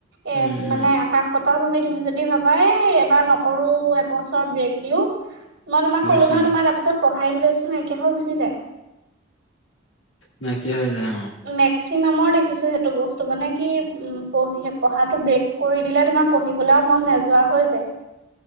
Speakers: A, on the right (about 70°); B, on the left (about 85°).
A: এ
B: উম, উম,
A: মানে আকাশ-পাতাল ভাবি তুমি যদি ভাবা এ এবাৰ নকৰো, এবছৰ ব্ৰেক দিওঁ মই তোমাক
B: বুজিছোঁ
A: ক'লো নহয় তোমাৰ
B: অ'।
A: পিছত পঢ়া ইণ্টাৰেষ্টটো নাইকিয়া হৈ গুচি যায়।
B: নাইকিয়া হৈ যায়। অ'।
A: মেক্সিমামৰ দেখিছোঁ সেইটো বস তু মানে কি উ পঢ়ি পঢ়াটো ব্ৰেক কৰি দিলে তোমাৰ পঢ়িবলৈ আৰু মন নেযোৱা হৈ যায়। <inaudible>